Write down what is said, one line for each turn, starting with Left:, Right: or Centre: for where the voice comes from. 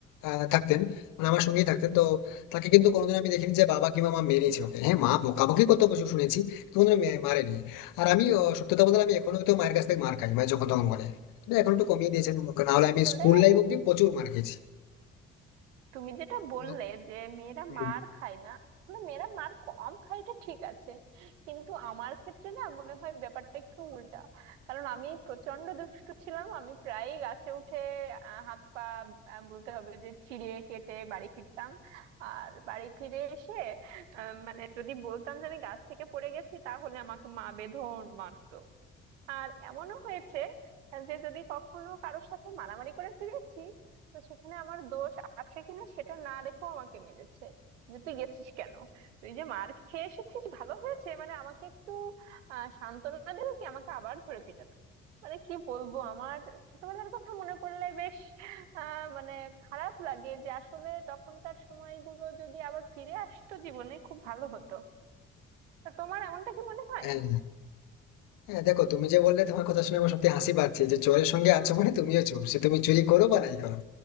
Left: আহ, থাকতেন মানে আমার সঙ্গেই থাকতেন তো তাকে কিন্তু কোনোদিন আমি দেখিনি যে বাবা কিংবা মা মেরেছে ওকে হ্যাঁ মা বকাবকি কত বছর শুনেছি কিন্তু কোনোদিন মে- মারেনি আর আমি আহ, সত্যি কথা বলতে আমি এখনো হয়তো মায়ের কাছ থেকে মার খাই মানে যখন তখন বলে না, এখন একটু কমিয়ে দিয়েছেন না হলে
Right: আসলে
Left: আমি স্কুল লাইফ অব্দি প্রচুর মার খেয়েছি
Right: তুমি যেটা বললে
Left: তো,
Right: যে মেয়েরা
Left: হুম।
Right: মার খায় না আসলে মেয়েরা মার কম খায় এটা ঠিক আছে কিন্তু আমার ক্ষেত্রে না মনে হয় ব্যাপারটা একটু উল্টা কারণ আমি প্রচন্ড দুষ্টু ছিলাম আমি প্রায়ই গাছে উঠে আহ, হাত পা আহ, বলতে হবে যে ছিঁড়ে কেটে বাড়ি ফিরতাম আর বাড়ি ফিরে এসে আহ, মানে যদি বলতাম যে আমি গাছ থেকে পড়ে গেছি তাহলে আমাকে মা বেঁধন মারতো আর এমনও হয়েছে যে যদি কখনো কারোর সাথে মারামারি করে ফিরেছি তো সেখানে আমার দোষ আছে কিনা সেটা না দেখেও আমাকে মেরেছে যে তুই গেছিস কেন তুই যে মার খেয়ে এসেছিস ভালো হয়েছে মানে আমাকে একটু আহ সান্ত্বনা দেবে কি আমাকে আবার ধরে পিটাতো মানে কি বলবো আমার ছোটবেলার কথা মনে পড়লে বেশ আহ মানে খারাপ লাগে যে আসলে তখনকার সময়গুলো যদি আবার ফিরে আসতো জীবনে খুব ভালো হতো তা তোমার এমনটা কি মনে হয়
Left: হ্যাঁ হ্যাঁ দেখো তুমি যে বললে তোমার কথা শুনে আমার সত্যি হাসি পাচ্ছে যে চোরের সঙ্গে আছো মানে তুমিও চোর সে তুমি চুরি করো বা নাই করো